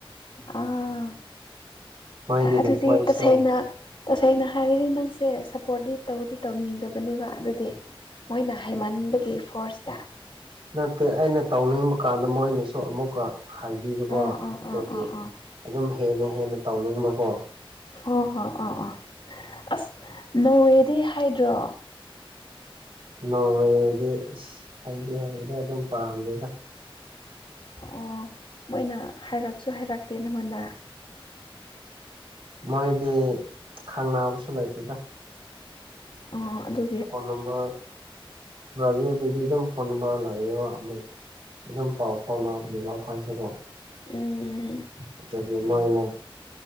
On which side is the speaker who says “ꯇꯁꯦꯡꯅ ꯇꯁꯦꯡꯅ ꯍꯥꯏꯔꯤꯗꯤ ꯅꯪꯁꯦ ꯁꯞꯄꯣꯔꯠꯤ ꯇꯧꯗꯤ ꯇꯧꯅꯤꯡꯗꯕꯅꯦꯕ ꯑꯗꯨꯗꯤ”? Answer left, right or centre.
Left